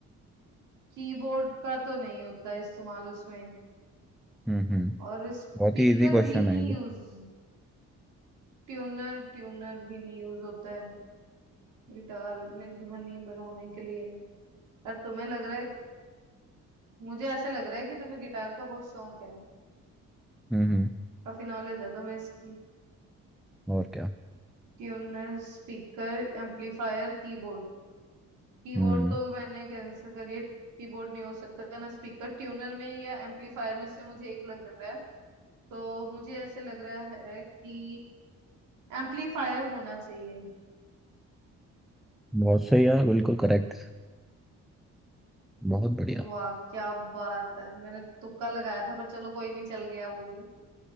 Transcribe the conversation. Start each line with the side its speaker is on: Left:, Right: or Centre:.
Right: कीबोर्ड का तो नहीं होता इस्तेमाल उसमें
Centre: हम्म हम्म
Right: और स्पीकर
Centre: बहुत ही इजी क्वेश्चन
Right: भी नहीं
Centre: है ये
Right: यूज
Centre: तो
Right: ट्यूनर ट्यूनर भी नहीं यूज होता है गिटार में ध्वनि बढ़ाने के लिए पर तुम्हें लग रहा है मुझे ऐसे लग रहा है कि तुम्हें गिटार का बहुत शौक है
Centre: हम्म हम्म
Right: काफी नॉलेज है तुम्हें इसकी
Centre: और क्या
Right: Tuner speaker amplifier keyboard Keyboard
Centre: हम्म
Right: तो मैंने कैंसिल करिए कीबोर्ड नहीं हो सकता है ना स्पीकर ट्यूनर में या एम्पलीफायर में से मुझे एक लग रहा है तो मुझे ऐसे लग रहा है कि एम्पलीफायर होना चाहिए
Centre: बहुत सही यार बिल्कुल करेक्ट बहुत बढ़िया
Right: वाह क्या बात है मैंने तो तुक्का लगाया था पर चलो कोई नहीं चल गया वो भी